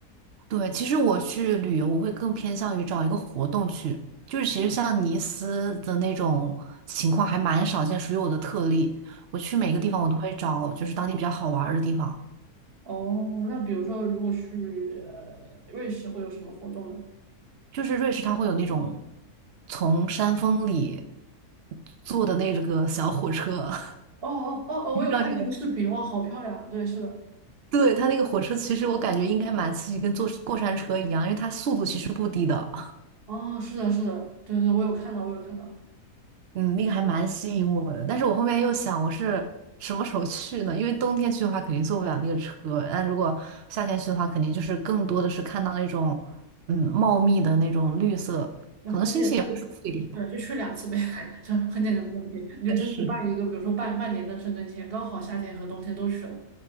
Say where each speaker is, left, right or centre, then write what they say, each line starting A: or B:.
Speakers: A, on the right; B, on the right.
A: 对，其实我去旅游，我会更偏向于找一个活动去，就是其实像尼斯的那种情况还蛮少见，属于我的特例。我去每个地方，我都会找就是当地比较好玩儿的地方。
B: 哦，那比如说如果去呃瑞士会有什么活动呢？
A: 就是瑞士，它会有那种从山峰里坐的那个小火车，
B: 哦哦哦哦，
A: <laughs> 不知道你有？
B: 我有看那个视频，哇，好漂亮！对，是的，
A: 对，它那个火车，其实我感觉应该蛮刺激，跟坐过山车一样，因为它速度其实不低的。
B: 哦，是的，是的，对对，我有看到，我有看到。
A: 嗯，那个还蛮吸引我的，但是我后面又想，我是什么时候去呢？因为冬天去的话，肯定坐不了那个车，但如果夏天去的话，肯定就是更多的是看到那种，嗯，茂密的那种绿色，
B: 那很简单的
A: 也会舒服一点吧。
B: 对，就去两次呗，<laughs> 这很简单的问题，你就争取办一个，
A: 但是，
B: 比如说半半年的申根签，刚好夏天和冬天都去了，